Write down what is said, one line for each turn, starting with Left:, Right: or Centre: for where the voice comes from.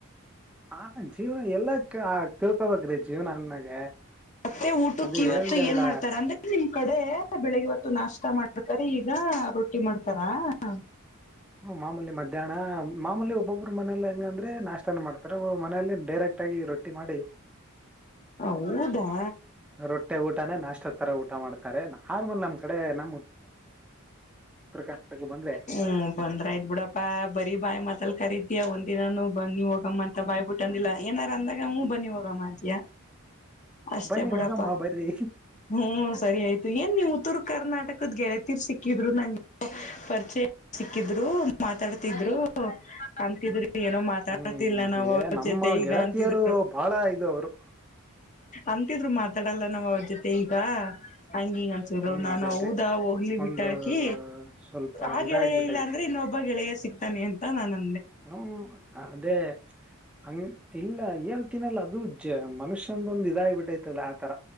Centre: ಆ ಜೀವನ ಎಲ್ಲ ಆ ತಿಳ್ಕೊಬೇಕ್ರಿ ಜೀವನ ಅ್ಣಾಗ
Left: ಮತ್ತೆ ಊಟಕ್ಕೆ
Centre: ಅಂದ
Left: ಇವತ್ತು
Centre: ಹೇಳ್ದಲ್ಲ.
Left: ಏನ್ ಮಾಡ್ತಾರ ಅಂದ್ರೆ ನಿಮ್ ಕಡೆ ಬೆಳಿಗ್ಗೆ ಹೊತ್ತು ನಾಷ್ಟ ಮಾಡಿರ್ತಾರೆ ಈಗ ರೊಟ್ಟಿ ಮಾಡ್ತಾರ. ಹಾ.
Centre: ಹ್ಮ ಮಾಮೂಲಿ ಮಧ್ಯಾಹ್ನ ಮಾಮೂಲಿ ಒಬ್ಬೊಬ್ಬರು ಮನೇಲ್ಲ. ಅಂದ್ರೆ ನಾಷ್ಟತಾನ ಮಾಡ್ತಾರೆ ಮನೆಯಲ್ಲಿ ಡೈರೆಕ್ಟ್ ಆಗಿ ರೊಟ್ಟಿ ಮಾಡಿ.
Left: ಹ ಊದಾ.
Centre: ರೊಟ್ಟೆ ಊಟಾನೇ ನಾಷ್ಟ ತರ ಊಟ ಮಾಡ್ತಾರೆ ಆರ್ಮಲ್ ನಮ್ಮ ಕಡೆ ನಮ ಕರ್ನಾಟಕ ಬಂದ್ರೆ
Left: ಹ್ಮ ಬಂದ್ರಾಯಯ್ ಬಿಡಪ್ಪಾ ಬರಿೀ ಬಾಯಿ ಮಾತಲ್ ಕರ್ ಅಯ ಒಂದ ದಿನಾನೂ ಬನ್ನಿ ಹೋಗಮ್ಮ ಅಂತ ಬಾಯ್ಬಿಟ್ಟ ಅಂದಿಲ್ಲ ಏನಾರ ಅಂದಾಗ ಅವೂ ಬನ್ನಿ ಹೋಗಮ್ಮ ಅತಿಯಾ ಅಷ್ಟೇ
Centre: ಬನ್ನಿ
Left: ಬಿಡಪ್ಪ
Centre: ಹೋಗಮ್ಮ ಬರ್ರಿ
Left: ಹ್ಮ್ ಸರಿ ಆಯ್ತು ಏನ್ ನೀವು ಉತ್ತರ ಕರ್ನಾಟಕ ್ ಗೆಳತಿೀರ್ ಸಿಕ್ಕಿದ್ರು ನಂಗೆ ಪರಿಚಯ ಸಿಕ್ಕಿದ್ರು ಮಾತಾಡ್ತಿದ್ರು ಅಂತಿದ್ರು ಏನೋ ಮಾತಾಡ್ತಿಲ್ಲ
Centre: ಹ್ಮ್
Left: ನಾವ್
Centre: ಏ
Left: ಅವ್ರ
Centre: ನಮ್ಮ
Left: ಜೊತೆ ಈಗ
Centre: ಗೆಳತಿಯರು
Left: ಅಂತಿದ್ರು
Centre: ಬಹಳ ಇದು ಅವರು
Left: ಅಂತಿದ್ರು ಮಾತಾಡಲ್ಲ ನಾವ್ ಅವ್ರ ಜೊತೆ ಈಗ ಹಾ ಹಂಗ ಹಿಂಗ ಅನ್ಸಿದ್ರು
Centre: ಹ್ಮ್
Left: ನಾ
Centre: ಅದೇ ಅದೇ
Left: ಹೋಗ್ಲಿ ಬಿಟ್ಟ
Centre: ಒಂದು
Left: ಹಾಕಿ
Centre: ಸ್ವಲ್ಪ
Left: ಆ
Centre: ಇದಾಗಬಿಟ್ಟೈತಿ
Left: ಗೆಳೆಯ ಇಲ್ಲ ಅಂದ್ರೆ ಇನ್ನೊಬ್ಬ ಗೆಳೆಯ ಸಿಕ್ತ ಅಂತ ನಾನ
Centre: ಹ್ಮ್ ಅದೇ ಹಂಗ ಇಲ್ಲ ಹೇಳ್ತೀನಲ್ಲ ಅದು ಮನುಷ್ಯನ್ೊಂದು ಇದ ಆಬಿಟ್ಟೈತಲ್ಲ ಆ ತರ